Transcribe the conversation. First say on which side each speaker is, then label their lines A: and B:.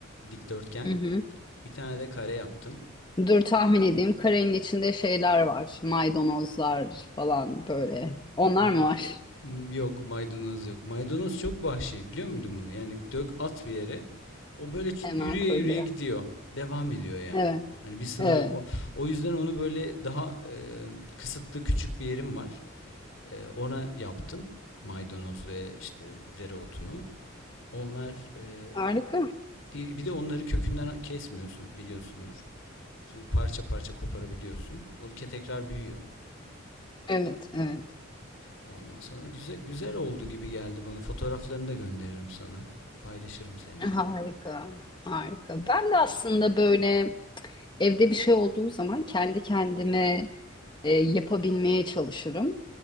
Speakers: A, on the left; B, on the left.
A: dikdörtgen
B: Hı hı.
A: bir tane de kare yaptım.
B: Dur tahmin edeyim. Karenin içinde şeyler var. Maydanozlar falan böyle. Onlar
A: M-
B: mı var? <laughs>
A: m- Yok maydanoz yok. Maydanoz çok vahşi biliyor muydun bunu? Yani dök at bir yere o böyle ç-
B: Hemen
A: yürüye
B: fırlıyor.
A: yürüye gidiyor. Devam ediyor yani.
B: Evet,
A: Hani bir sınır
B: evet.
A: yok. O, o yüzden onu böyle daha e, kısıtlı küçük bir yerim var. E, ona yaptım maydanoz ve işte dereotunu. Onlar e,
B: Harika.
A: Di- Bir de onları kökünden kesmiyorsun biliyorsundur. İşte Parça parça koparabiliyorsun. O ke- tekrar büyüyor.
B: Evet, evet.
A: Ondan sonra güzel güzel oldu gibi geldi bana. Fotoğraflarını da gönderirim sana. Paylaşırım seninle
B: Harika,
A: yani.
B: harika. Ben de aslında böyle evde bir şey olduğu zaman kendi kendime e, yapabilmeye çalışırım.